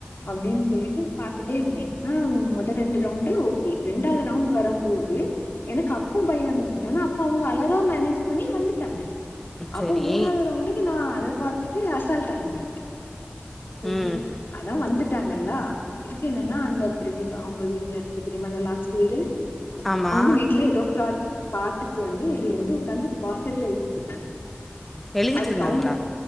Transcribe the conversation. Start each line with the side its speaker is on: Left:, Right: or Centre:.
Left: அப்படின் சொல்லிட்டு பாத்துட்டே இருந்தே ஆனா மொத ரெண்டு ரவுண்டு ஓகே ரெண்டாவது ரவுண்டு வரம்போது எனக்கு அப்ப பயோ இருந்தது ஆனா அப்ப அவங்க அழகா மேனேஜ் பண்ணி வந்துட்டாங்க அப்போ
Centre: சரி
Left: மூணாவது ரவுண்டுக்கு நா அத பாத்துட்டு அசால்ட்டா நின்னே சரி
Centre: ம்
Left: அதா வந்துட் ட்டாங்கல்லா இதுக்கு என்னன்னா அந்த பிரதீபா அவங்க வீட்ல இருக்க தெரியுமா அந்த லாஸ்ட்டு வீடு
Centre: ஆமா
Left: அவங்க வீட்ல ஏதோ ப்ர பாட்டுக்கு வந்து வெளியேந்து உக்காந்து வாசல்ல எழுதிட்டு இருக்காங்க
Centre: எழுதிட்ருந்தாங்களா
Left: அதுக் அவங்க